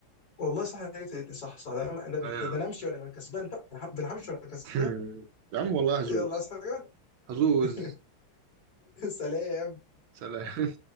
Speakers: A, on the left (about 45°); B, on the right (about 80°).
A: والله صح أنا جبت الاتنين، صح صح ده انا ده أنا-
B: آه يا عم
A: ده أنا همشي وانا كسبان بقى ده انا همشي وانا كسبان
B: <laughs> يا عم والله هزوز
A: يلا عايز حاجه
B: هزوز
A: <laughs> سلام
B: سلام